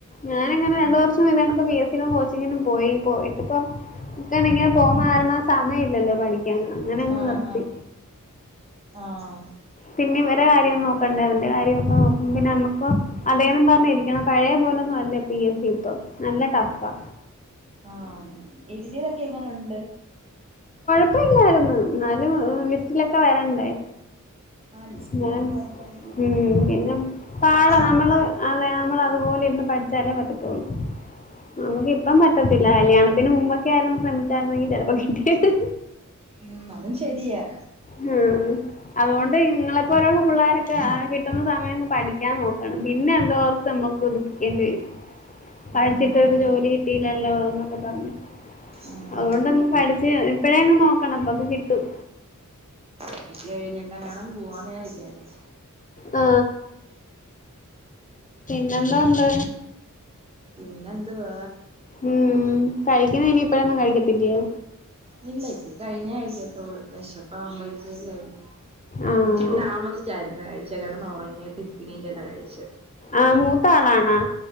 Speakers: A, on the left; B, on the right.
A: ഞാനങ്ങനെ
B: ഉം
A: രണ്ട് വർഷം എഴതാണ് ബി എസ് കോച്ചിങ്ങിനന് പോയി പോയിട്ടപ്പ ഇ ഇങ്ങനെ പോകുന്ന കാരണ സമയ ഇല്ലല്ലോ പഠിക്കാൻ അങ്ങനെ അങ്ങ്
B: ആഹ്
A: നിർത്തി
B: ആഹ് ആഹ്
A: പിന്നെ ഇവരെകാര്യം നോക്കണ്ടേ അവന്റെ കാര്യമൊക്കെ നോക്കും പിന്നെ നമ്മുക്കും അതേന്നും പറഞ്ഞിരിക്കണം പഴയലെ <unintelligible> ലൊന്നും അല്ല പി എ സി ഇപ്പ നല്ല ടഫാ
B: ആഹ് എഴുതിയതൊക്കെ എങ്ങനെഉണ്ട്
A: ഇപ്പ ഇല്ലായിരുന്നു എന്നാലും ലിസ്റ്റിലൊക്കെ വരണ്ടേ
B: ആഹ ലിസ്റ്റിലൊക്കെ
A: എന്നാലും
B: വരണം
A: ഉം പിന്നെ പാട നമ്മള്
B: വേണം
A: അതെ നമ്മൾ അതുപോലെ ഇരുന്ന് പഠിച്ചാലേ പറ്റത്തുള്ളൂ നമുക്ക് ഇപ്പം പറ്റത്തില്ല കല്യാണത്തിന് മുമ്പ് ഇരുന്നു ശ്രമിച്ചായിരുന്നെങ്കി ചെലപ്പോ കിട്ടിയേനെ
B: ഉം അതും ശരിയാ
A: <inaudible> ആ അതുകൊണ്ട് നിങ്ങളെപ്പോലെയുള്ള പിള്ളാരൊക്കെ ആ കിട്ട കിട്ടുന്ന സമയം പഠിക്കാൻ നോക്കണം. പിന്നെ എന്തോർത്ത് നമ്മക്ക് ദുഃഖിക്കേണ്ടി വരും
B: ഉം
A: പഠിച്ചിട്ട്
B: ആന്ന്
A: ഒരു ജോലി കിട്ടില്ലല്ലോന്നൊക്കെ പറഞ്ഞു
B: ആഹ്
A: അതുകൊണ്ടങ്ങ് പഠിച്ച് ഇപ്പഴേ അങ്ങ് നോക്കണം അപ്പക്ക കിട്ടും
B: മയിക്ക് കഴിഞ്ഞിട്ട ൻ പോവാന്ന് ഞാൻ വിചാരിച്ച്
A: ആ പിന്നെന്താ ഉണ്ട്
B: പിന്നെന്തുവാ
A: ഉം കഴിക്കുന്ന ഇനിയിപ്പഴൊന്നും കഴിക്കത്തില്ലയോ
B: ഇല്ല ചച്ചി കഴിഞ്ഞ കഴിക്ക തോള് വിഷപ്പ ആവുമ്പോഴത്തേക്ക് കഴിക്കും
A: ആഹ്
B: ഉച്ചക്ക് താമസിച്ചായിരുന്നു കഴിച്ച് കിടന്ന്ഉറങ്ങ ഇങ്ങട്ട് നിക്കണീന്റെ കഴിച്ച്
A: ആഹ് മൂത്ത ആളാണാ